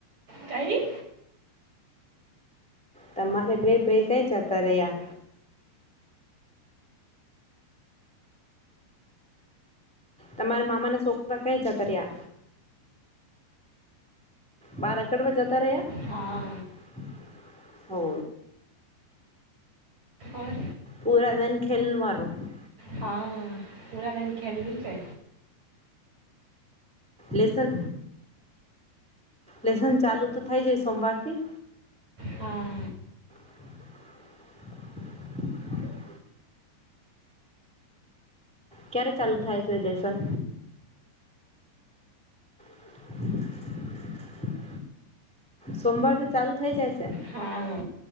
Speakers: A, on the right; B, in the centre.
A: કઈ
B: તમારે ભાઈ ભાઈ કઈ જતા રહ્યા તમારા મામાના છોખ કઈ <inaudible> કર્યા બારકડમાં જતા રહ્યા
A: હા
B: હો
A: ઓર
B: પુરા દન ખેલ વાનું
A: હા પુરા દન ખેલલું છે
B: લેસન લેસન ચાલુ તો થાય જાય સોમવારથી
A: હા
B: <inaudible> ક્યારે ચાલુ થાય છે લેસન <unintelligible> સોમવાર તો ચાલુ થઇ જાય
A: હા